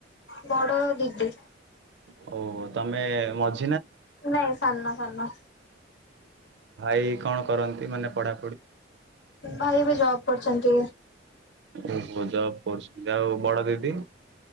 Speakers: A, on the left (about 65°); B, on the right (about 65°).
A: ବଡ ଦିଦି
B: ହଉ ହଉ ତମେ ମଜା
A: ନାଇଁ ସାନ ସାନ।
B: ଏଇ କଣ କରନ୍ତି ମାନେ ପଢ଼ା
A: ଭାଇ ବି ଜବ କରୁଚନ୍ତି।
B: ଓହୋ ଜବ କରୁଛନ୍ତି। ଆଉ ବଡ ଦିଦି?